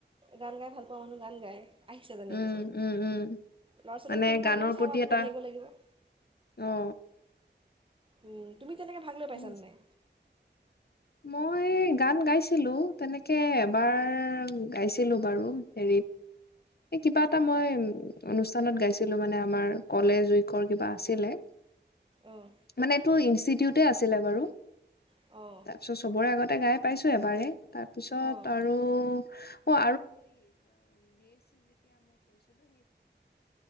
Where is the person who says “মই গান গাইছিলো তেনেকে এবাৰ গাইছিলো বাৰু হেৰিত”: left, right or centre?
Left